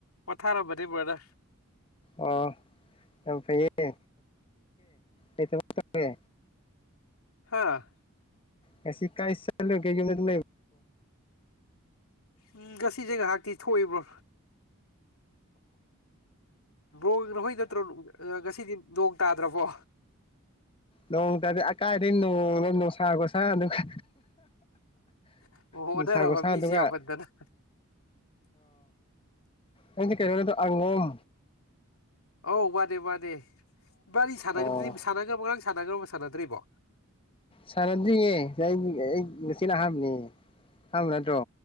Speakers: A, on the left (about 80°); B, on the left (about 25°).
A: ꯑꯣꯊꯥꯔꯕꯗꯤꯕꯗ
B: ꯑꯣ ꯌꯥ ꯐꯩꯌꯦ ꯇꯔꯦ
A: ꯍꯥꯥ
B: ꯀꯁꯤ ꯀꯥꯏꯁ ꯂꯩ ꯀꯩ
A: ꯎꯝ ꯉꯁꯤꯁꯦ ꯉꯥꯏꯍꯥꯛꯇꯤ ꯊꯣꯛꯏꯕ꯭ꯔꯣ ꯣꯛ ꯅ ꯍꯣꯏ ꯅꯠꯇ꯭ꯔꯣ ꯉꯁꯤꯗꯤ ꯅ ꯇꯥꯗ꯭ꯔꯕꯣ
B: ꯅꯣꯡꯇꯗꯤ ꯑꯀꯥꯏꯗꯒꯤꯩ ꯅꯣꯡꯅ ꯅꯨꯡꯁꯥꯒꯣ ꯁꯥꯥ ꯑꯗꯨꯒ
A: ꯑꯣ ꯑꯣꯟꯅꯔꯕ
B: ꯅꯨꯡꯁꯥ ꯒꯁꯥꯗꯨ
A: ꯃꯤꯁꯦ ꯌꯥꯝꯃꯟꯗꯅ
B: ꯑꯣ ꯑꯩꯪꯁꯦ ꯀꯩꯅꯣꯗ ꯑꯉꯝ
A: ꯑ ꯋꯥꯗꯦ ꯋꯥꯗꯦ ꯥꯔꯤ ꯁꯥꯟꯅꯒꯗꯤ
B: ꯑꯣ
A: ꯁꯅꯒ ꯃꯥꯡ ꯁꯥꯟꯅꯒꯕ ꯁꯥꯟꯅꯗ꯭ꯔꯤꯕꯣ
B: ꯁꯥꯟꯅꯗ꯭ꯔꯤꯌꯦ ꯑꯩ ꯑꯩ ꯉꯁꯤꯅ ꯑꯍꯥꯟꯕꯅꯦ ꯑꯍꯥꯟꯕ ꯅꯠꯇ꯭ꯔꯣ